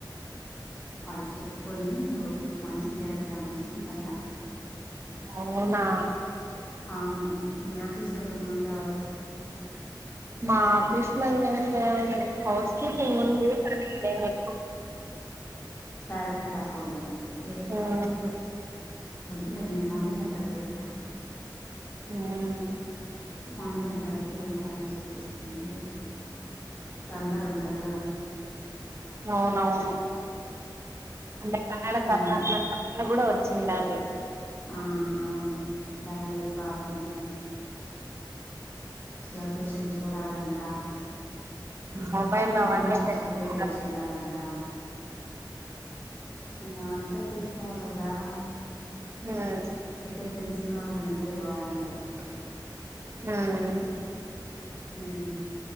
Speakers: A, on the left; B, on the right.
A: వాళ్ళక్ చెప్పి పోని ఒప్పించుకొని చేద్దాం అనుకుంటుండ
B: అవునా
A: అవును మీ ఆఫీస్ లో ఏమన్న ఉందా వర్
B: మా ఆఫీస్ లో ఏం లేవలే హౌస్ కిపింగ్ ఉంది. కానీ ఇదేమి
A: సాలరీలు తక్కువ ఉంటాయ్ వేరేతారా
B: మ్మ్
A: వద్దులే నేను మమ్మీ దగ్గర చేస్తా
B: మ్మ్
A: మమ్మీ దగ్ తరైతే నాకాడ్ నుచ్ చెప్పిస్తుంది తొందర ఉండదో
B: అవునవును అంటే కన్నాడ కర్ణాటక
A: ఉమ్
B: అని గూడా ఓ చిండాలి.
A: ఆ అవును లాంగ్వేజ్ ప్రాబ్లము. లొకేషన్ చూడాలంటా
B: మొబైల్
A: ఇంగ్లీషూ
B: అవన్నీ తెలుసుకుంటారు
A: చదివేది వచ్చిండాలంట. నేనెంత చూసుకోవాలి కదా.
B: ఉమ్
A: అందుకే తెలిసిన వాళ్లుంటే బాగుంటాది
B: ఉమ్
A: ఉమ్